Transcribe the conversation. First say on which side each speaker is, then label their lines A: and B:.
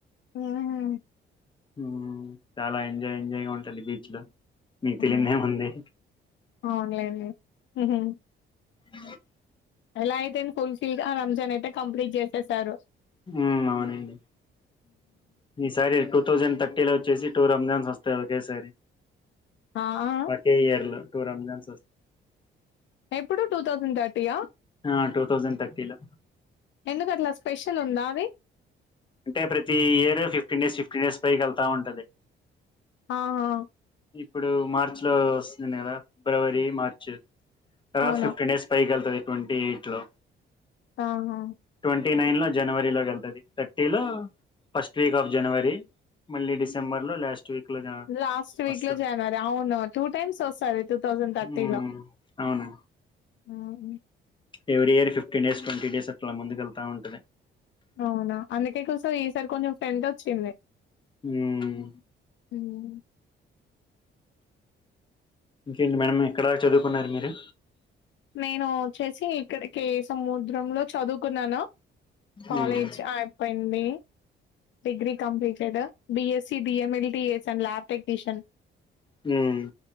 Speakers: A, on the left; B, on the left.
A: మ్మ్ హ్మ్
B: మ్మ్ చాలా ఎంజాయ్ ఎంజాయ్ గా ఉంటుంది బీచ్ లో మీకు
A: ఆ
B: తెలియదేముంది
A: అవును లెండి మ్మ్ హ్మ్
B: అ
A: ఎలా అయితే ఫుల్ ఫిల్ గా రంజాన్ అయితే కంప్లీట్ చేసేసారు
B: మ్మ్ అవునండి ఈ సారి ఇక థౌజండ్ థర్టీ లో వచ్చేసి టూ రంజాన్స్ వస్తాయి ఒకేసారి
A: ఆ ఆ
B: ఒకే ఇయర్లో టూ రంజాన్స్ వస్త
A: ఎప్పుడు టూ థౌసండ్ థర్టీయా
B: ఆ టూ తౌసండ్ థర్టీ లో
A: ఎందుకు అట్లా స్పెషల్ ఉందా అవి
B: అంటే ప్రతి year fifteen days fifteen days పైకి వెళ్తా ఉంటది
A: ఆహా
B: ఇప్పుడు మార్చి లో వస్తుంది కదా ఫిబ్రవరి, మార్చ్ లాస్ట్
A: అవును
B: ఫిఫ్టీన్ డేస్ పైకెళ్తది ట్వంటీ ఎయిట్ లో
A: ఆహా
B: ట్వంటీ నైన్ లో జనవరిలోగ ఎళ్తది థర్టీ లో ఫస్ట్ వీక్ ఆఫ్ జనవరి మళ్ళీ డిసెంబర్ లో లాస్ట్ వీక్ లో
A: లాస్ట్ వీక్
B: వస్తది
A: లో జనవరి అవును టూ టైమ్స్ వస్తది టూ థౌసండ్ థర్టీ
B: మ్మ్
A: లో
B: అవును
A: మ్మ్
B: every year fifteen days, twenty days అట్ల ముందుకు వెళ్తా ఉంటది
A: అవునా అందుకే కూసరీ ఈసారి కొంచెం ఫ్రెంట్ వచ్చింది
B: హ్మ్మ్
A: మ్మ్
B: ఇంకేంటి మేడం ఎక్కడా చదువుకున్నారు మీరు
A: నేనూ వచ్చేసీ ఇక్కడే కే ఏ సముద్రంలో చదువుకున్నాను కాలేజ్
B: మ్మ్
A: అయిపోయింది degree completed B SC, D A మనీ B. A sir lab technician
B: మ్మ్